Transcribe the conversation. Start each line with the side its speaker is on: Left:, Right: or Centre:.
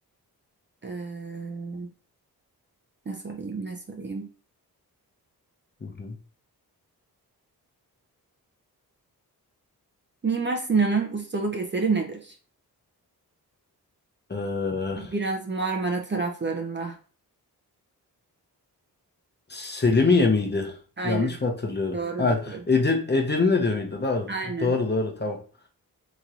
Right: eee, ne sorayım ne sorayım.
Left: Hı hı.
Right: Mimar Sinan'ın ustalık eseri nedir?
Left: Ee,
Right: Biraz Marmara taraflarında.
Left: Selimiye miydi?
Right: Aynen.
Left: Yanlış mı hatırlıyorum?
Right: Doğru
Left: Ha,
Right: doğru.
Left: Edir Edirne'de miydi? Doğru.
Right: Aynen.
Left: Doğru doğru tamam.